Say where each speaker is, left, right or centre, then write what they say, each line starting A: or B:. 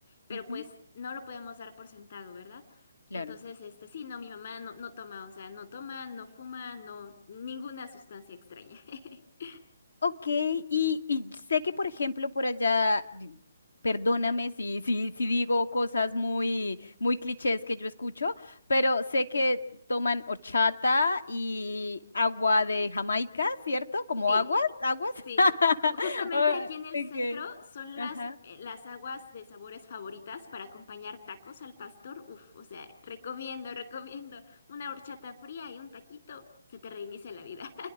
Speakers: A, on the left; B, on the left.
A: pero
B: Ujú,
A: pues no lo podemos dar por sentado, ¿verdad?
B: Claro.
A: Entonces, este, sí, no, mi mamá no, no toma, o sea, no toma, no fuma, no, ninguna sustancia extraña. <laughs>
B: Ok, y, y sé que, por ejemplo, por allá, di- perdóname si, si, si digo cosas muy, muy clichés que yo escucho, pero sé que toman horchata y agua de Jamaica, ¿cierto? Como
A: Sí.
B: aguas, aguas.
A: Sí,
B: <laughs>
A: ju- justamente
B: Ah,
A: aquí en el
B: Ok,
A: centro son
B: ajá.
A: las, eh, las aguas de sabores favoritas para acompañar tacos al pastor. Uf, o sea, recomiendo, recomiendo una horchata fría y un taquito, se te reinicia la vida.